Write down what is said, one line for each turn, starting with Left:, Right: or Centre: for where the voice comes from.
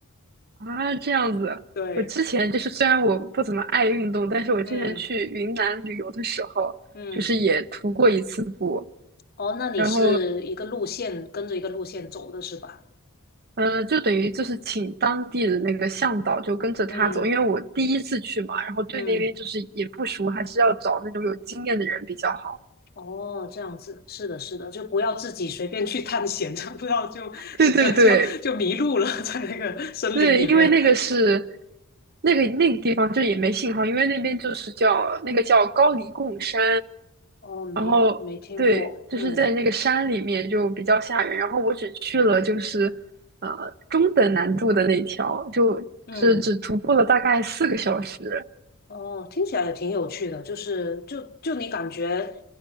Right: 啊，这样子。
Left: <laughs> 对，
Right: 我之前就是虽然我不怎么爱运动，但是我之前去云南旅游的时候，
Left: 嗯嗯，
Right: 就是也徒过一次步，
Left: 哦，那你是一个路线跟着一个路线走的是吧？
Right: 然后呃，就等于就是请当地的那个向导就跟着他走，
Left: 嗯
Right: 因为我第一次去嘛，然后对那边就是也不熟，
Left: 嗯。
Right: 还是要找那种有经验的人比较好。
Left: 哦，这样子，是的，是的，就不要自己随便去探险，<laughs> 这样不要就整个就就迷路了，
Right: 对对对，
Left: <laughs> 在那个森林里面。
Right: 对，因为那个是
Left: <laughs>
Right: 那个那个地方就也没信号，因为那边就是叫那个叫高黎贡山，
Left: 哦，没没听过，
Right: 然后对，就是在那个山里面就比较吓人。
Left: 嗯
Right: 然后我只去了就是呃中等难度的那条，就只只徒步了大概四个小时，
Left: 嗯，哦，听起来也挺有趣的，就是就就你感觉